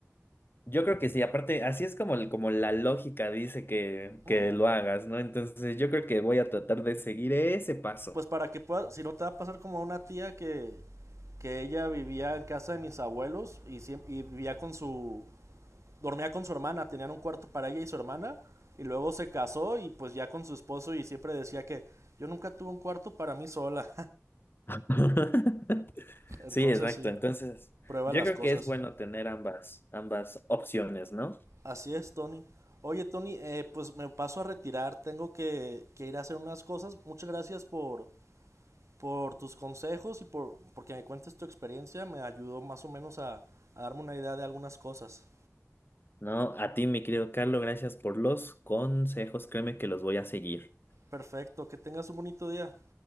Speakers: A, on the left; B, on the right.
A: Yo creo que sí, aparte, así es como, el- como la lógica dice que,
B: Mm,
A: que lo hagas, ¿no? Entonces yo creo que voy a tratar de seguir ese paso.
B: Pues para que puedas, si no te va a pasar como a una tía que, que ella vivía en casa de mis abuelos y, siem- y vivía con su, dormía con su hermana, tenían un cuarto para ella y su hermana, y luego se casó y pues ya con su esposo y siempre decía que yo nunca tuve un cuarto para mí sola.
A: <laughs>
B: <laughs> Entonces
A: Sí, exacto.
B: sí,
A: Entonces,
B: prueba
A: yo
B: las
A: creo
B: cosas.
A: que es bueno tener ambas, ambas opciones, ¿no?
B: Así es, Tony. Oye, Tony, eh, pues me paso a retirar, tengo que, que ir a hacer unas cosas. Muchas gracias por, por tus consejos y por porque me cuentes tu experiencia, me ayudó más o menos a, a darme una idea de algunas cosas.
A: No, a ti, mi querido Carlos, gracias por los consejos. Créeme que los voy a seguir.
B: Perfecto, que tengas un bonito día.